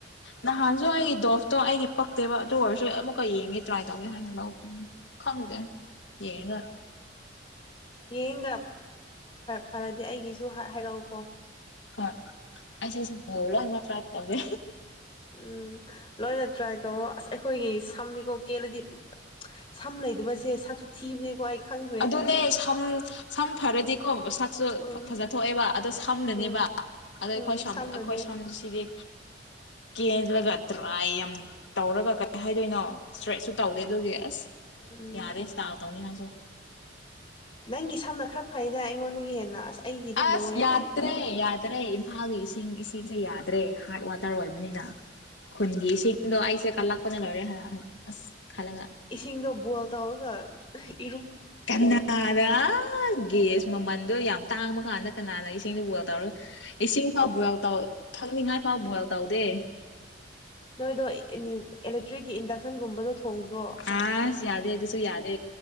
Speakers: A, on the left (about 75°); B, on the left (about 25°).
A: ꯅꯍꯥꯟꯁꯨ ꯑꯩꯒꯤ ꯗꯣꯐꯇꯣ ꯑꯩꯒꯤ ꯄꯛꯇꯦꯕ ꯑꯗꯨ ꯑꯣꯏꯔꯁꯨꯨ ꯀ ꯌꯦꯡꯒꯦ ꯇ꯭ꯔꯥꯏ ꯇꯧꯒꯦ ꯍꯥꯏꯅ ꯂꯧꯧꯕꯅꯦ ꯈꯪꯗꯦ ꯌꯦ ꯃꯔ
B: ꯌꯦꯡꯒ ꯐꯔꯗꯤ ꯑꯩꯒꯤ ꯁꯨ ꯍꯥꯏꯔꯛꯎꯀꯣ
A: ꯍ ꯑꯁ ꯁ ꯍꯣꯂ ꯑꯗꯨ ꯃꯥ ꯍꯥꯏ ꯇꯕꯦ
B: ꯎꯝ ꯂꯣꯏꯅ ꯇ꯭ꯔꯥꯏ ꯇꯧ ꯑꯁ ꯑꯩꯈꯣꯏꯒꯤ ꯁꯝꯅꯤꯀꯣ ꯀꯦꯂꯗꯤ ꯁꯝ ꯂꯩꯗꯕꯁꯦ ꯁꯛꯁꯨ ꯊꯤꯕꯅꯦꯀꯣ ꯑꯩ ꯈꯪꯈ꯭ꯔꯦ
A: ꯑꯗꯨꯅꯦꯝ ꯁꯝ ꯐꯔꯗꯤꯀꯣ ꯁꯛꯁꯨ
B: ꯎꯝ
A: ꯐꯖꯊꯣꯛꯑꯦꯕ ꯑꯗꯣ ꯁꯝꯅꯅꯦꯕ
B: ꯎꯝ
A: ꯑꯗꯣ
B: ꯎꯝ
A: ꯑꯩꯈꯣꯏ ꯑꯩꯈꯣꯏ
B: ꯁꯝꯅꯅꯦ
A: ꯁꯝꯁꯤꯗꯤ ꯀꯦꯟꯂꯒ ꯗ꯭ꯔꯥꯏ ꯌꯥꯝ ꯇꯧꯔꯒ ꯀꯩ ꯍꯥꯏꯗꯣꯏꯅꯣ ꯏꯁꯇ꯭ꯔꯦꯠꯁꯨ ꯇꯧꯗꯦ ꯑꯗꯨꯒꯤ ꯑꯁ
B: ꯎꯝ
A: ꯌꯥꯗꯦ ꯁꯇꯥ ꯇꯧꯅꯤ ꯉꯁꯨ
B: ꯅꯪꯒꯤ ꯁꯝꯅ ꯈꯔ ꯐꯩꯅ ꯑꯩꯉꯣꯟꯗꯒꯤ ꯍꯦꯟꯅ ꯑꯁ ꯑꯩꯒꯤꯗꯤ
A: ꯑꯁ
B: ꯂꯣꯏꯔꯦꯍꯦ
A: ꯌꯥꯗ꯭ꯔꯦ ꯌꯥꯗ꯭ꯔꯦ ꯏꯝꯐꯥꯜꯒꯤ ꯏꯁꯤꯡ ꯏꯁꯤꯡꯁꯦ ꯌꯥꯗ꯭ꯔꯦ ꯍꯥꯔꯠ ꯋꯥꯇꯔ ꯑꯣꯏꯕꯅꯤꯅ ꯈꯨꯟꯒꯤ ꯏꯁꯤꯡꯗꯣ ꯑꯩꯁꯦ ꯀꯂꯛ ꯅ ꯂꯣꯏꯔꯦ ꯑ ꯈꯜꯒ
B: ꯏꯁꯤꯡꯗꯣ ꯕꯣꯏꯜ <inaudible>
A: ꯀꯅꯥꯅ ꯒꯦꯁ ꯃꯃꯟꯗꯣ ꯌꯥꯝ ꯇꯥꯡꯕ ꯀꯥꯟꯗ ꯀꯅꯥꯅ ꯏꯁꯤꯡꯗꯣ ꯕꯣꯏꯜ ꯇꯧꯔ ꯏꯁꯤꯡ ꯐꯥꯎ ꯕꯣꯏꯜ ꯇꯧꯔ ꯊꯛꯅꯤꯡꯉꯥꯏ ꯐꯥꯎꯕ ꯕꯜ ꯇꯧꯗꯦ
B: ꯅꯣꯏꯗꯣ ꯏꯂꯦꯛꯇ꯭ꯔꯤꯛꯀꯤ ꯏꯟꯗꯛꯁꯟꯒꯨꯝꯕꯗꯣ ꯊꯣꯡꯗ꯭ꯔꯣ
A: ꯑ ꯌꯥꯗꯗꯨꯁꯨꯣ ꯌꯥꯗ